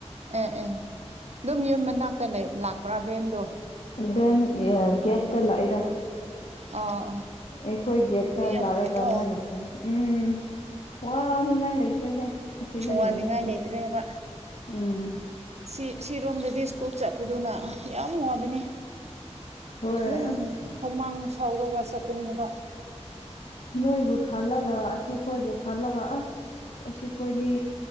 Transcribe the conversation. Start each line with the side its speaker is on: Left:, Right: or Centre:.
Right: ꯑꯦ ꯑꯦ ꯑꯗꯨꯝ ꯌꯨꯝ ꯃꯅꯥꯛꯇ ꯂꯥꯛꯄ꯭ꯔꯥ ꯕꯦꯟꯗꯣ
Left: ꯕꯦꯟ ꯒꯦꯠꯇ ꯂꯥꯛꯏꯗ
Right: ꯑꯣ ꯑꯣ
Left: ꯑꯩꯈꯣꯏ ꯒꯦꯠꯇ
Right: ꯑꯗꯨꯗꯤ ꯌꯥꯝ
Left: ꯂꯥꯛꯔꯒ
Right: ꯐꯩꯀꯣ
Left: ꯃꯣꯏꯅ ꯎꯝ ꯋꯥꯅꯤꯡꯉꯥꯏ ꯂꯩꯇ꯭ꯔꯦꯍꯦ ꯑꯁꯤꯗ
Right: ꯋꯥꯅꯤꯡꯉꯥꯏ
Left: ꯍꯤꯡꯕꯁꯤꯅꯦ
Right: ꯂꯩꯇ꯭ꯔꯦꯕ
Left: ꯎꯝ
Right: ꯁꯤ ꯁꯤꯔꯣꯝꯗꯗꯤ ꯁ꯭ꯀꯨꯜ ꯆꯠꯄꯗꯨꯅ ꯌꯥꯝ ꯅꯨꯡꯉꯥꯏꯕꯅꯤ
Left: ꯍꯣꯏ
Right: ꯑꯗꯨꯝ
Left: ꯑꯁ
Right: ꯍꯨꯃꯥꯡ ꯁꯥꯎꯔꯒ ꯆꯠꯀꯅꯤ ꯍꯥꯏꯕ
Left: ꯅꯣꯏꯕꯨ ꯈꯜꯂꯒ ꯑꯁꯤꯈꯣꯏꯕꯨ ꯈꯜꯂꯒ ꯑꯁ ꯑꯁꯤ ꯈꯣꯏꯗꯤ